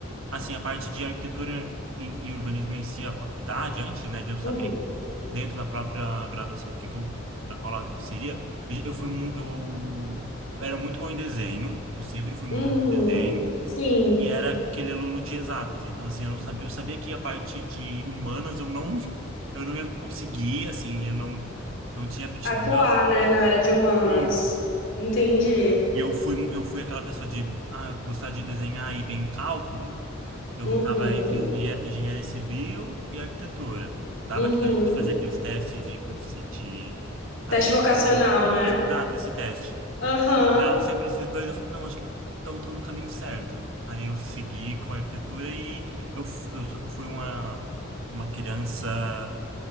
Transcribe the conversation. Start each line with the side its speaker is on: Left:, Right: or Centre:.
Right: assim, a parte de arquitetura e e urbanismo em si, a faculdade, antes, né, de eu saber
Left: Uhum.
Right: dentro da própria graduação o que que eu, para qual lado que eu seria, eu, eu fui, mu- eu era muito bom em desenho, eu sempre fui muito
Left: Uhum.
Right: bom em desenho,
Left: Sim.
Right: E era aquele aluno de exatas. Então, assim, eu não sabia, eu sabia que a parte de humanas eu não, <laughs> eu não ia conseguir, assim, eu não, não tinha aptidão.
Left: Atuar, né, na área de humanas.
Right: Isso.
Left: Entendi.
Right: E eu fui, eu fui aquela pessoa de ah, gostar de desenhar e bem cálculo. Eu
Left: Uhum.
Right: estava entre engenha- engenharia civil e arquitetura. Dava
Left: Uhum.
Right: que a gente fazia aqueles testes de, profici- de aptidão.
Left: Teste vocacional,
Right: Isso,
Left: né?
Right: exato, esse teste.
Left: Aham.
Right: E dava sempre esses dois, eu falei, não, acho que então tô no caminho certo. Aí eu segui com a arquitetura e eu, f- eu su- eu fui uma, uma criança